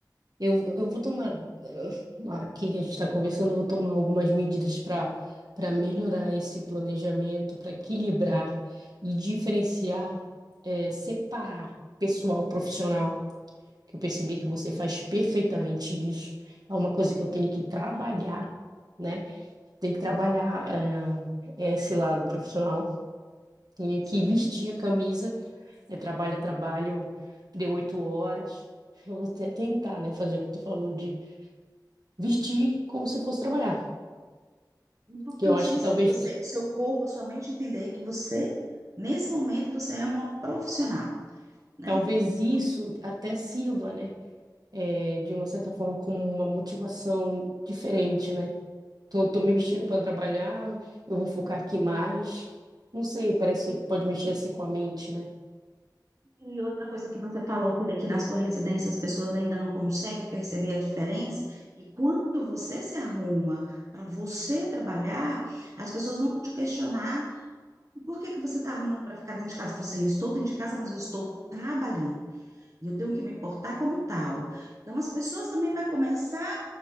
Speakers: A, on the right; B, on the right.
A: Eu, eu vou tomar, eh, aqui que a gente está conversando, eu vou tomar algumas medidas para para melhorar esse planejamento, para equilibrar e diferenciar, eh, separar pessoal profissional, que eu percebi que você faz perfeitamente isso. É uma coisa que eu tenho que trabalhar, né? Tenho que trabalhar, eh, esse lado profissional, tenho
B: Sim,
A: que vestir
B: sim.
A: a camisa É trabalho, é trabalho, deu oito horas. Eu vou até tentar, né, fazer o que tu falou de vestir como se fosse trabalhar.
B: Importantíssimo
A: Que eu acho que talvez,
B: você, o seu corpo, a sua mente entender que você, nesse momento, você é uma profissional, né?
A: talvez isso
B: Então,
A: até sirva, né, é, de uma certa forma como uma motivação diferente, né? Tô, tô me vestindo para trabalhar, eu vou focar aqui mais. Não sei, parece que pode mexer assim com a mente, né?
B: E outra coisa que você falou, Pira, que na sua residência as pessoas ainda não conseguem perceber a diferença, e quando você se arruma para você trabalhar, as pessoas vão te questionar por que que você está arrumando para ficar dentro de casa? Você, eu estou dentro de casa, mas eu estou trabalhando. E eu tenho que me importar como tal. Então, as pessoas também vão começar